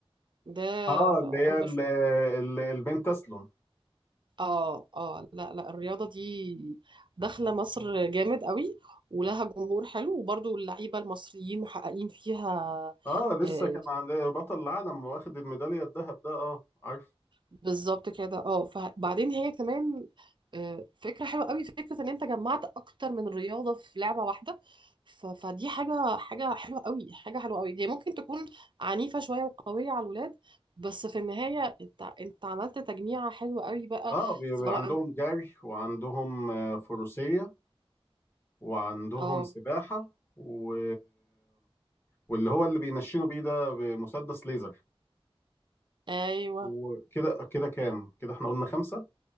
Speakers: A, on the right; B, on the left.
A: ده
B: اه اللي هي
A: أنا بشوف
B: ال- ال- البنت تسلم
A: اه اه لا لا الرياضة دي داخلة مصر جامد قوي ولها جمهور حلو وبرضو اللعيبة المصريين محققين فيها
B: اه لسه
A: آه،
B: كان عند بطل العالم واخد الميدالية الذهب ده اه عارف
A: بالظبط كده اه فبعدين هي كمان آه، فكرة حلوة قوي فكرة ان انت جمعت اكتر من رياضة في لعبة واحدة ف- فدي حاجة حاجة حلوة قوي حاجة حلوة قوي هي ممكن تكون عنيفة شوية وقوية على الولاد بس في النهاية انت انت عملت تجميعة حلوة قوي بقى
B: اه بي-
A: سواء
B: بي- عندهم جري وعندهم آه، فروسية وعندهم
A: اه
B: سباحة و... واللي هو اللي بينشنوا بيه ده بمسدس ليزر
A: ايوه
B: وكده كده كام كده احنا قلنا خمسة